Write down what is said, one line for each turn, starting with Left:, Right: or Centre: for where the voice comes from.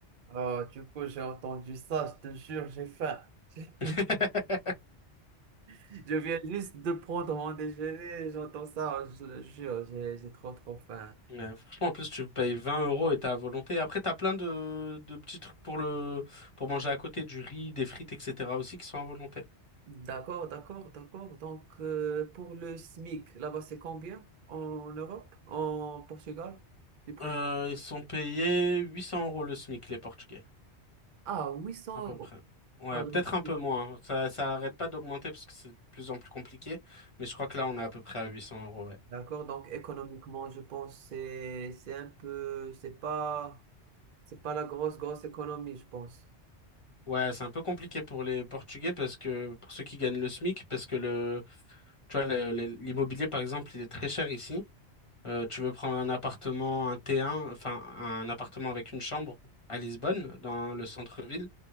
Right: Ah, du coup, j'ai entendu ça, je te jure, j'ai faim. <laughs>
Left: <laughs>
Right: Je viens juste de prendre mon déjeuner, j'entends ça, je le jure, j'ai j'ai trop trop faim.
Left: Mm. Ouais, franchement, en plus, tu payes 20 euros et t'as à volonté. Après, t'as plein de, de petits trucs pour le pour manger à côté, du riz, des frites, etc. aussi qui sont à volonté.
Right: D'accord, d'accord, d'accord. Donc, euh, pour le SMIC, là-bas, c'est combien en Europe, en Portugal, du président?
Left: Euh, ils sont payés 800 euros le SMIC, les Portugais.
Right: Ah, 800
Left: À peu
Right: euros.
Left: près. Ouais,
Right: Ah, donc,
Left: peut-être un peu
Right: c'est-
Left: moins. Ça, ça arrête pas d'augmenter parce que c'est de plus en plus compliqué. Mais je crois que là, on est à peu près à 800 euros, ouais.
Right: d'accord. Donc, économiquement, je pense c'est c'est un peu, c'est pas, c'est pas la grosse, grosse économie, je pense.
Left: Ouais, c'est un peu compliqué pour les Portugais parce que, pour ceux qui gagnent le SMIC, parce que le, tu vois, le- le- l'immobilier, par exemple, il est très cher ici. Euh, tu veux prendre un appartement, un T1, enfin, un appartement avec une chambre à Lisbonne, dans le centre-ville,